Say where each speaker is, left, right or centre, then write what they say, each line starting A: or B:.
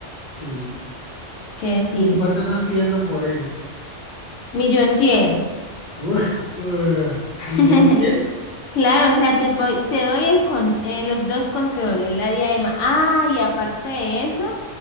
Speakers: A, on the left; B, on the left.
A: Sí.
B: ¿qué decís?
A: Ve, ¿y cuánto estás pidiendo por él?
B: Millón cien.
A: Uf, uf,
B: <laughs>
A: ¿millón cien?
B: Claro, o sea, te, po- te doy el con- eh, los dos controles, la diadema. Ah, y aparte de eso,